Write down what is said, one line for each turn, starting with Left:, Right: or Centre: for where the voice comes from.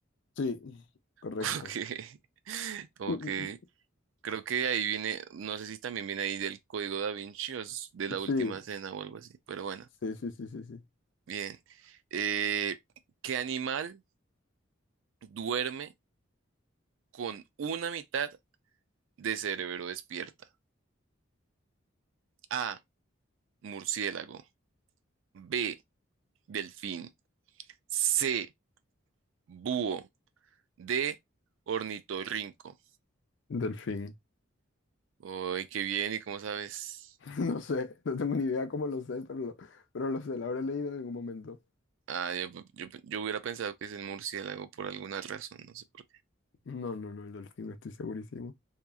Left: Sí, correcto.
Right: Ok. Ok.
Left: <laughs>
Right: Creo que ahí viene, no sé si también viene ahí del código Da Vinci o es de la
Left: Sí,
Right: última escena o algo así, pero bueno,
Left: sí, sí, sí, sí, sí.
Right: bien. Eh, ¿qué animal duerme con una mitad? de cerebro despierta? A, murciélago. B, delfín. C, búho. D, ornitorrinco.
Left: Delfín.
Right: Uy, qué bien, ¿y cómo sabes?
Left: <laughs> No sé, no tengo ni idea cómo lo sé, pero lo, pero lo sé, lo habré leído en algún momento.
Right: Ah, yo, yo, yo hubiera pensado que es el murciélago por alguna razón, no sé por qué.
Left: No, no, no, el delfín, estoy segurísimo.